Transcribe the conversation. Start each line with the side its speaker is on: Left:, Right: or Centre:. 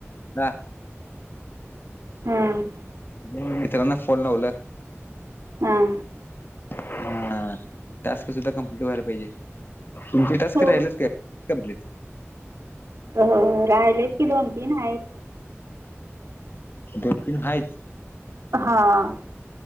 Left: <unintelligible>
Right: हम्म.
Left: म मित्रांना फोन लावलं.
Right: हां
Left: हा टास्क सुद्धा कम्प्लीट व्हायला पाहिजे. तुमचे टास्क
Right: हो
Left: राहिलच काय कंप्लीट
Right: अहं राहिलेत की दोन तीन आहेत.
Left: दोन तीन आहेत.
Right: हां.